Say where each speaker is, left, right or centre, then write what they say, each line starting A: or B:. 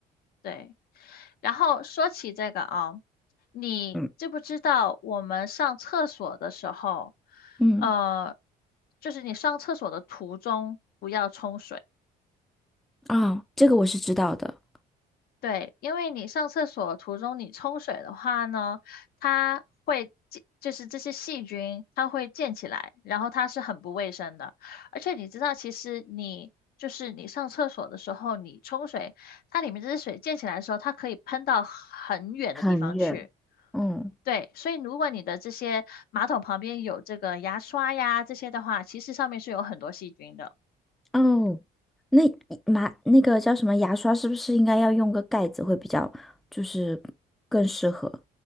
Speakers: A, on the left (about 65°); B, in the centre.
A: 对。然后说起这个啊，你知不知道我们上厕所的时候，
B: 嗯嗯
A: 呃，就是你上厕所的途中不要冲水。
B: 啊、这个我是知道的，
A: 对，因为你上厕所途中你冲水的话呢，它会溅，就是这些细菌它会溅起来，然后它是很不卫生的。而且你知道，其实你就是你上厕所的时候，你冲水，它里面这些水溅起来的时候，它可以喷到很远的地方去。
B: 很远。嗯
A: 对，所以如果你的这些马桶旁边有这个牙刷呀这些的话，其实上面是有很多细菌的。
B: 哦，那马那个叫什么牙刷是不是应该要用个盖子会比较，就是更适合？